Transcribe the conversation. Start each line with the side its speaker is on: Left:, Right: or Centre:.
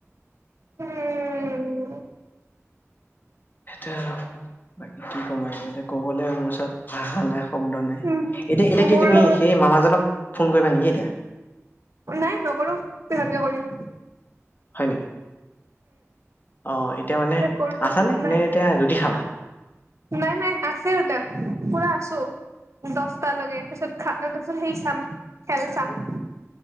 Right: উম।
Left: সেইটোয়ে আৰু বাকি কি কম আৰু এতিয়া কবলৈ মোৰ ওচৰত ভাষা নাই। শব্দ নাই
Right: উম
Left: এতিয়া এতিয়া
Right: মোৰ
Left: কি তুমি
Right: লগত
Left: সেই মামাজনক ফোন কৰিবা নেকি এতিয়া?
Right: নাই নকৰো পিছতকে কৰিম। উম
Left: হয় নেকি? অ' এতিয়া মানে
Right: কৰিব
Left: আছা
Right: মন
Left: নে
Right: নাই
Left: নে এতিয়া ৰুটি খাবা।
Right: নাই নাই আছে দেতা পুৰা আছো। দহটালৈকে তাপিছত খা তাৰপছত সেই চাম খেল চাম।